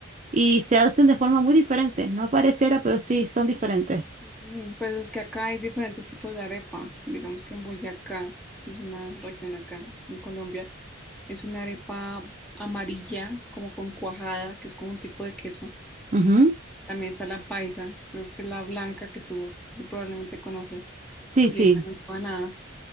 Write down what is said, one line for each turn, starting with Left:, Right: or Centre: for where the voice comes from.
Right: y se hacen de forma muy diferente. No pareciera, pero sí son diferentes.
Centre: Y, pues es que acá hay diferentes tipos de arepa. Digamos que en Boyacá, que es una región acá en Colombia, es una arepa amarilla, como con cuajada, que es como un tipo de queso
Right: Ujú,
Centre: También está la paisa, creo que es la blanca que tú probablemente conoces.
Right: Sí,
Centre: Y
Right: sí.
Centre: ella no lleva nada.